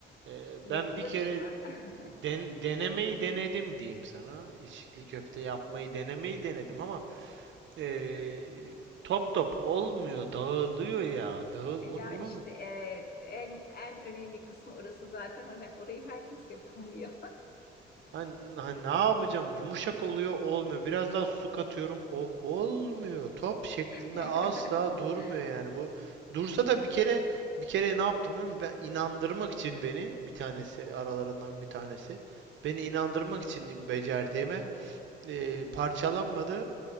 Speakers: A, on the right; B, on the left.
A: E,
B: Yapılış
A: ben bir kere
B: mı? <laughs>
A: den- denemeyi denedim diyeyim sana. İçli köfte yapmayı denemeyi denedim ama e, top top olmuyor, dağılıyor ya. Dağıl,
B: Ya
A: onun, onun
B: işte evet en en önemli kısmı orası zaten Ora- orayı herkes yapamıyor.
A: Hani, hani ne yapacağım? Yumuşak oluyor, olmuyor. Biraz daha su katıyorum, ol, olmuyor. Top şeklinde
B: <laughs>
A: asla durmuyor yani. Bu dursa da bir kere bir kere ne yaptı biliyor musun? Ben inandırmak için beni bir tanesi aralarından bir tanesi beni inandırmak için becerdiğime e, parçalanmadı.